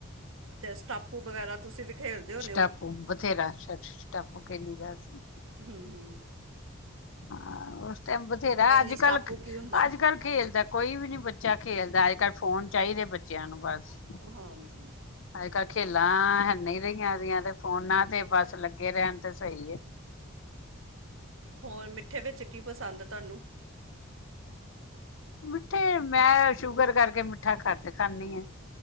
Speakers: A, on the right; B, on the left.
A: ਤੇ ਸਟਾਪੂ ਵਗੈਰਾ ਤੁਸੀਂ ਵੀ ਖੇਲਦੇ ਹੋਨੇ
B: ਸਟੈਪੂ
A: ਹੋ
B: ਬਥੇਰਾ ਸ਼ ਸ਼ਟੈਪੂ ਖੇਲੀ ਦਾ ਸੀ।
A: ਹੂੰ-ਹੂੰ।
B: ਹ ਓ ਟੈਮ ਬਥੇਰਾ ਅੱਜ-ਕੱਲ
A: ਨਹੀਂ ਸਟਾਪੂ ਕੀ ਹੁੰਦਾ
B: ਅੱਜ-ਕੱਲ ਖੇਲਦਾ ਕੋਈ ਵੀ ਨੀ ਬੱਚਾ ਖੇਲਦਾ ਅੱਜ-ਕੱਲ ਫੋਨ ਚਾਇਦੇ ਬੱਚਿਆਂ ਨੂੰ ਬਸ
A: ਹੈ ਹਾਂਜੀ।
B: ਅੱਜ ਕੱਲ੍ਹ ਖੇਲਾਂ ਹੈ ਨੀ ਰਈਆ ਰਿਆਂ ਤੇ ਫੋਨਾਂ ਤੇ ਬਸ ਲੱਗੇ ਰੇਂਨ ਤੇ ਸਈ ਏ।
A: ਹੋਰ ਮਿੱਠੇ ਵਿੱਚ ਕੀ ਪਸੰਦ ਤਾਨੂੰ?
B: ਮਿੱਠੇ ਮੈਂ ਸ਼ੂਗਰ ਕਰਕੇ ਮਿੱਠਾ ਕੱਟ ਖਾਂਨੀ ਆਂ।